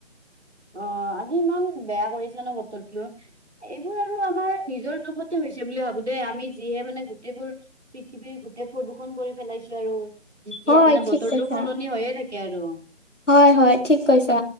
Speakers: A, on the right; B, on the left.
A: অ', আজি ইমান বেয়া কৰিছো ন বতৰটো এইবোৰ আৰু আমাৰ নিজৰ দুখতে হৈছে বুলি ভাবো দেই আমি যিহে মানে গোটেইবোৰ পৃথিৱীৰ গোটেই প্ৰদূষণ কৰি পেলাইছো আৰু, যেতিয়া
B: হয়
A: মানে
B: ঠিক
A: বতৰটো
B: কৈছা।
A: সলনি হৈয়ে থাকে আৰু।
B: হয়, হয় ঠিক কৈছা।